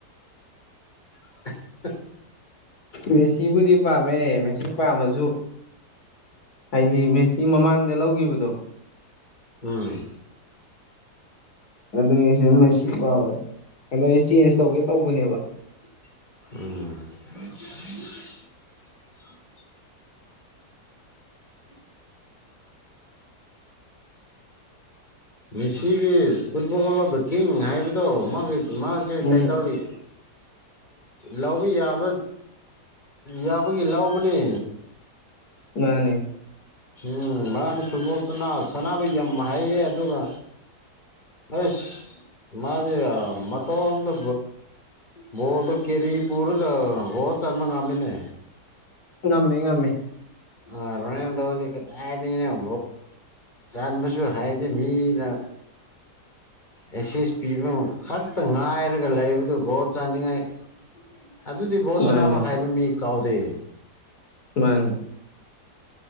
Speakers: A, on the left (about 25°); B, on the left (about 65°).
A: <unintelligible>
B: ꯃꯦꯁꯤꯕꯨꯗꯤ ꯄꯥꯝꯃꯦ ꯃꯦꯁꯤ ꯄꯥꯝꯃꯁꯨ ꯍꯥꯏꯗꯤ ꯃꯦꯁꯤ ꯃꯃꯥꯡꯗ ꯂꯧꯈꯤꯕꯗꯣ
A: ꯎꯝ
B: ꯑꯗꯨꯒꯤ ꯁꯨꯝ ꯄꯥꯝ ꯑꯁꯨꯒꯤ ꯆꯦꯟꯖ ꯇꯧꯒꯦ ꯇꯧꯕꯅꯦꯕ
A: ꯎꯝ <unintelligible> ꯃꯦꯁꯤ ꯒꯤ ꯐꯨꯠꯕꯜ ꯑꯣꯐ ꯗꯥ ꯀꯤꯡ ꯍꯥꯏꯕꯗꯣ ꯃꯥꯁꯦ
B: ꯎꯝ
A: ꯇꯦꯇꯁ ꯂꯧꯕ ꯌꯥꯕ ꯌꯥꯕꯒꯤ ꯂꯧꯕꯅꯤ
B: ꯃꯥꯅꯦ
A: ꯎꯝ ꯃꯥꯗꯤ ꯐꯨꯠꯕꯣꯜ ꯁꯅꯕ ꯌꯥꯝ ꯍꯥꯏꯌꯦ ꯑꯗꯨꯒ ꯑꯁ꯭ ꯃꯥꯗꯤ ꯃꯇꯣꯝꯃꯥ ꯕꯣꯜ ꯗꯣ ꯀꯦꯔꯤ ꯄꯨꯔ ꯒꯣꯜ ꯆꯟꯕ ꯉꯃꯤꯅꯦ
B: ꯉꯝꯃꯦ ꯉꯝꯃꯦ
A: ꯑ ꯔꯣꯗ ꯇꯧꯔ꯭ꯗꯤ ꯀꯗꯥꯏꯗꯩꯅꯣ ꯑꯣ ꯆꯥꯟꯕꯁꯨ ꯍꯥꯏꯗꯦ ꯃꯤꯅ ꯑꯦꯛꯁꯁ ꯄꯤꯕ ꯈꯛꯇ ꯉꯥꯏꯔꯒ ꯂꯩꯕꯗꯨ ꯒꯣꯠ ꯆꯥꯅꯤꯡꯉꯥꯏ ꯑꯗꯨꯗꯤ ꯕꯣꯁꯅꯥꯕ
B: ꯃꯥꯅꯦ
A: ꯍꯥꯏꯕ ꯃꯤ ꯀꯥꯎꯗꯦ
B: ꯃꯅꯦ